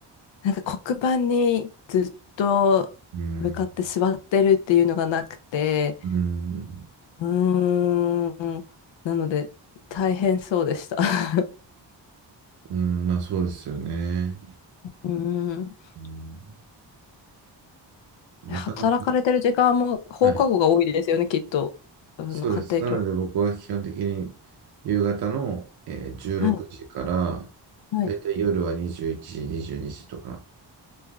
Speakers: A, on the left; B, on the right.
A: なんか黒板にずっと向かって座ってるっていうのがなくて、
B: うん。うん。
A: うーん、なので大変そうでした。<laughs>
B: うん。まあそうですよね。
A: うーん、<laughs>
B: うん。なかなか。
A: で働かれてる時間も放課後が多いですよね、
B: はい。
A: きっと。あの家庭教。
B: そうです。なので僕は基本的に夕方の、えー、16時から、
A: はい。はい。
B: だいたい夜は21時、22時とか、